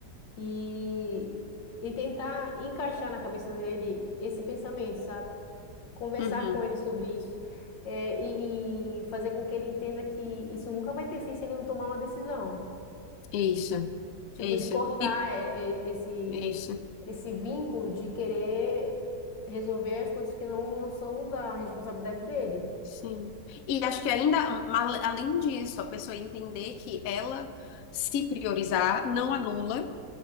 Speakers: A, on the left; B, on the left.
A: e, e tentar encaixar na cabeça dele esse pensamento, sabe? Conversar
B: Uhum,
A: com ele sobre isso, é, e, e fazer com que ele entenda que isso nunca vai ter fim se ele não tomar uma decisão,
B: isso.
A: tipo,
B: É Isso,
A: de cortar
B: e
A: é, é, esse,
B: é isso,
A: esse vínculo de querer resolver as coisas que não, não são da responsabilidade dele.
B: sim. E acho que ainda, mal- além disso, a pessoa entender que ela se priorizar não anula,